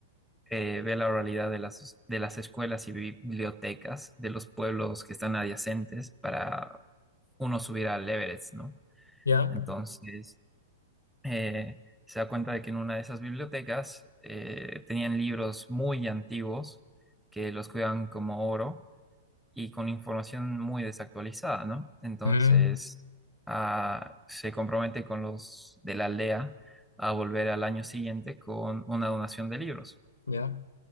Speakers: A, in the centre; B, on the left.
A: eh, ve la oralidad de las, de las escuelas y bibliotecas de los pueblos que están adyacentes para uno subir al Everest, ¿no?
B: ya,
A: Entonces, eh, se da cuenta de que en una de esas bibliotecas eh, tenían libros muy antiguos que los cuidaban como oro y con información muy desactualizada, ¿no? Entonces,
B: Mm,
A: ah, se compromete con los de la aldea a volver al año siguiente con una donación de libros.
B: ya.